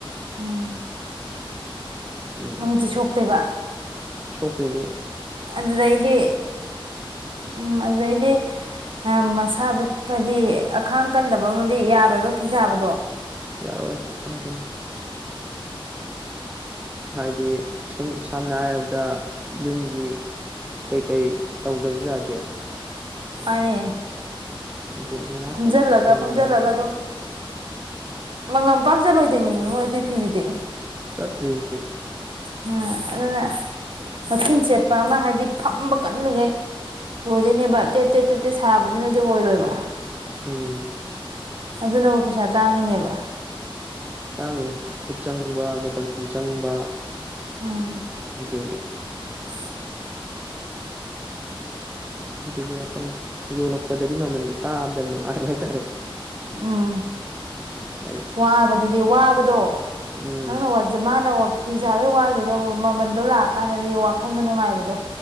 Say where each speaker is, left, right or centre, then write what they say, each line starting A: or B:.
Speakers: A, on the right; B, on the right.
A: ꯎꯝ
B: ꯎꯝ
A: ꯃꯃꯤꯠꯁꯦ ꯁꯣꯛꯇꯣꯏꯕ
B: ꯁꯣꯛꯇꯨꯏꯅꯤ
A: ꯑꯗꯨꯗꯩꯗꯤ ꯎꯝ ꯑꯗꯨꯗꯩꯗꯤ ꯃꯌꯥꯝ ꯃꯁꯥꯗꯨ ꯐꯗꯤ ꯑꯈꯥꯡ ꯀꯟꯗꯕ ꯑꯃꯗꯤ ꯌꯥꯔꯣꯏꯕ ꯐꯤ ꯁꯥꯕꯗꯣ
B: ꯌꯥꯔꯣꯏ ꯀꯥꯏꯗꯩꯅꯣ ꯍꯥꯏꯗꯤ ꯁꯨꯝ ꯁꯝꯅ ꯍꯥꯏꯔꯕꯗ ꯌꯨꯝꯒꯤ ꯀꯩꯀꯩ ꯇꯧꯗꯕꯖꯨ ꯌꯥꯗꯦ
A: ꯃꯥꯅꯦ
B: ꯑꯗꯨꯅ ꯉꯥꯏꯍꯥꯛꯇꯪ
A: ꯐꯝꯖꯜꯂꯒ
B: ꯁꯪꯕꯗꯅꯦ
A: ꯐꯝꯖꯜꯂꯒ ꯑꯗꯨꯝ ꯃꯪꯉꯝ ꯄꯥꯛ ꯆꯠꯂꯣꯏꯗꯣꯏꯅꯤ ꯃꯣꯏ ꯑꯗꯨꯏ ꯐꯤꯗꯨꯗꯤ
B: ꯆꯠꯇ꯭ꯔꯤ
A: ꯍ ꯑꯗꯨꯅ ꯃꯊꯨꯟ ꯆꯦꯠꯄ ꯑꯃ ꯍꯥꯏꯗꯤ ꯐꯝꯕ ꯀꯟꯂꯤꯒꯩ ꯂꯣꯏꯗꯣꯏꯅꯦꯕ ꯇꯦꯠ ꯇꯦꯠ ꯇꯦꯠ ꯇꯦꯠ ꯁꯥꯕꯗꯨꯅꯗꯤ ꯑꯣꯏꯔꯣꯏꯕ
B: ꯎꯝ
A: ꯑꯗꯨꯅꯕꯨ ꯄꯩꯁꯥ ꯇꯥꯡꯉꯤꯅꯦꯕ
B: ꯇꯥꯡꯉꯤꯅꯤ ꯈꯨꯠ ꯆꯪꯕ ꯃꯇꯝ ꯆꯪꯕ
A: ꯎꯝ
B: ꯑꯗꯨꯒꯤ
A: <unintelligible>
B: ꯑꯗꯨꯗꯨꯅ ꯈꯪꯗꯦ ꯌꯣꯜꯂꯛꯄꯗꯗꯤ ꯃꯃꯜꯗꯨ ꯇꯥꯕꯗ ꯌꯥꯝ ꯅꯨꯡꯉꯥꯏꯕ ꯍꯥꯏ
A: ꯎꯝ
B: ꯍꯥꯏꯗꯤ
A: ꯋꯥꯕꯗꯨꯗꯤ ꯋꯥꯕꯗꯣ
B: ꯎꯝ
A: ꯅꯪꯅ ꯋꯥꯖ ꯖ ꯃꯥꯅ ꯋꯥ ꯐꯤꯁꯥꯕꯩ ꯋꯥꯈꯤꯕꯗꯣ ꯃꯃꯟꯗꯣ ꯂꯥꯛꯑꯀꯥꯟꯗꯗꯤ ꯋꯥꯈꯟꯗꯣ ꯅꯨꯡꯉꯥꯏꯕꯗꯣ